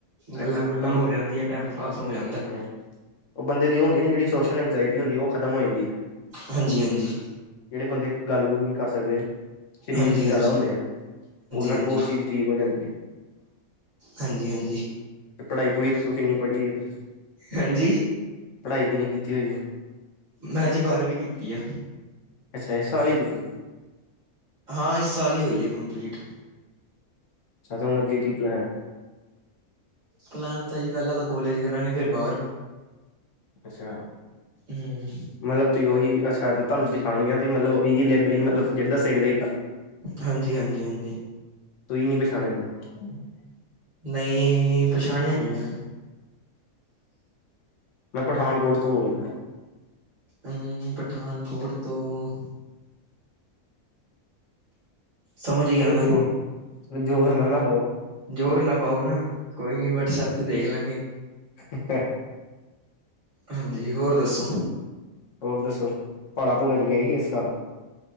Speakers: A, on the right (about 60°); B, on the left (about 60°).
A: ਗੱਲਾਂ
B: ਅੱਛਾ
A: ਗੁੱਲਾਂ
B: ਕੰਮ
A: ਹੋ ਜਾਂਦੀਐ ਟੈਮ ਪਾਸ ਹੋ ਜਾਂਦਾ
B: ਹੂੰ ਉਹ ਬੰਦੇ ਦੀ ਉਹ ਹੁਦੀ ਨਾ ਜਿਹੜੀ ਸੋਸ਼ਲ ਇਗਜ਼ਾਇਟੀ ਹੁੰਦੀ ਉਹ ਖਤਮ ਹੋ ਜਾਂਦੀ ਆ
A: ਹਾਂਜੀ ਹਾਂਜੀ
B: ਜਿਹੜੇ ਬੰਦੇ ਗੱਲ ਗੁੱਲ ਨਹੀਂ ਕਰ ਸਕਦੇ ਸ਼ਰੀਫ
A: ਹਾਂਜੀ
B: ਜ਼ਿਆਦਾ
A: ਹਾਂਜੀ ਹਾਂਜੀ
B: ਹੁੰਦੇ ਆ ਉਹਨਾਂ
A: ਹਾਂਜੀ
B: ਉਹ ਚੀਜ਼ ਠੀਕ ਹੋ ਜਾਂਦੀ ਹੈ
A: ਹਾਂਜੀ ਹਾਂਜੀ
B: ਪੜ੍ਹਾਈ ਪੁੜ੍ਹੀ ਦੱਸੋ ਕਿੰਨੀ ਪੜ੍ਹੀ ਹੋਈ ਐ
A: ਹਾਂਜੀ
B: ਪੜ੍ਹਾਈ ਕਿੰਨੀ ਕੀਤੀ ਹੋਈ ਹੈ
A: ਮੈਂ ਜੀ ਬਾਰਵੀਂ ਕੀਤੀ ਆ।
B: ਐ ਛੇ ਸਾਲ ਹੀ ਕੀਤੇ।
A: ਹਾਂ, ਇਸ ਸਾਲ ਹੀ ਹੋਈ ਹੈ ਕੰਪਲੀਟ।
B: ਅਹੁ ਅੱਗੇ ਕੀ ਪਲੈ ਹੈ।
A: ਪਲੈਣ ਤਾਂ ਜੀ, ਪਹਿਲਾਂ ਤਾਂ ਕੋਲੇਜ ਕਰਾਂਗੇ। ਫਿਰ ਬਾਹਰ।
B: ਅੱਛਾ।
A: ਹੂੰ
B: ਮਤਲਬ ਉਹੀ ਅੱਛਾ। ਤੁਹਾਨੂੰ ਦਿਖਾਣੀਆਂ ਵੀ ਮਤਲਬਹੀ ਲੇਬਰੀ ਮਤਲਬ ਜਿਹੜੇ ਦੱਸੇ ਕਰਦੇ ਸੀ ਕੱਲ।
A: ਹਾਂਜੀ ਹਾਂਜੀ ਹਾਂਜੀ
B: ਤੁੂੰਂ ਨ ਪਸ਼ਾਣਾਣੇ ਗਾ।
A: ਨਹੀਂ, ਪਛਾਣਿਆ ਨਹੀਂ ਮੈਂ।
B: ਮੈਂ ਪਠਾਨਕੋਟ ਤੋਂ ਬੋਲ ਰਿਹਾ।
A: ਅਮ, ਪਠਾਨਕੋਟ ਤੋਂ। ਸਮਝ ਗਿਆ
B: ਚਲੋ,
A: ਮੈਂ
B: ਜ਼ਰ, ਚਲੋ ਜ਼ੋਰ ਨਾ ਨਾ ਪਾਓ।
A: ਜ਼ੋਰ ਨਾ ਪਾਓ ਨਾ। ਕੋਈ ਨੀ ਵਟਸਐਪ ਤੇ ਦੇਖ ਲਾਂਗੇ।
B: ਹ
A: ਹਾਂਜੀ। ਹੋਰ ਦੱਸੋ?
B: ਹੋਰ ਦੱਸੋ। ਪਹਾੜਾਂ- ਭੂਹਾੜਾ ਚ' ਗਏ ਸੀ ਇਸ ਸਾਲ।